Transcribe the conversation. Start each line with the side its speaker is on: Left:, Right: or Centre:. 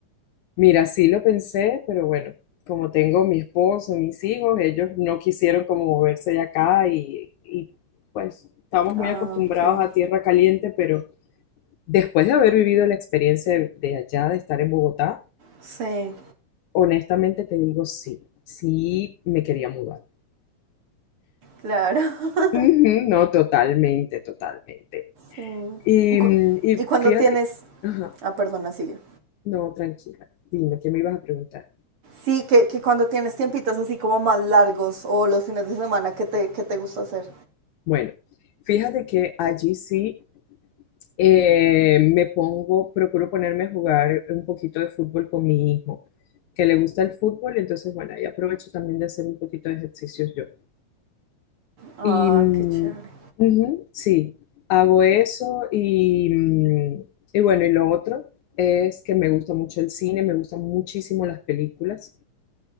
Left: Mira, sí lo pensé, pero bueno, como tengo mi esposo, mis hijos, ellos no quisieron como moverse de acá y, y, pues estamos
Right: Ah,
Left: muy acostumbrados
Right: ok.
Left: a tierra caliente, pero después de haber vivido la experiencia de, de allá, de estar en Bogotá,
Right: Sí,
Left: honestamente te digo sí, sí me quería mudar.
Right: claro. <laughs>
Left: Ujú, no, totalmente, totalmente.
Right: Sí.
Left: Y,
Right: ¿Y cu-
Left: mm, y
Right: ¿Y cuando
Left: fíjate,
Right: tienes...
Left: ajá,
Right: Ah, perdona, sigue.
Left: no, tranquila, dime, ¿qué me ibas a preguntar?
Right: Sí, que, que cuando tienes tiempitos así como más largos o los fines de semana, ¿qué te, qué te gusta hacer?
Left: Bueno, fíjate que allí sí eh, me pongo, procuro ponerme a jugar un poquito de fútbol con mi hijo, que le gusta el fútbol, entonces bueno, ahí aprovecho también de hacer un poquito de ejercicios yo.
Right: Ah,
Left: Y mm,
Right: qué chévere.
Left: ujú, sí, hago eso y, mm, y bueno, y lo otro es que me gusta mucho el cine, me gustan muchísimo las películas.